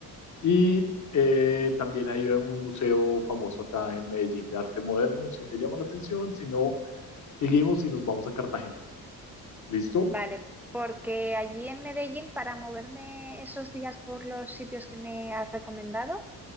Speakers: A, on the left (about 50°); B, in the centre.
A: Y eh, también hay un museo famoso acá en Medellín de arte moderno, si te llama la atención, si no, Seguimos y nos vamos a Cartagena. ¿Listo?
B: vale, porque allí en Medellín, para moverme esos días por los sitios que me has recomendado,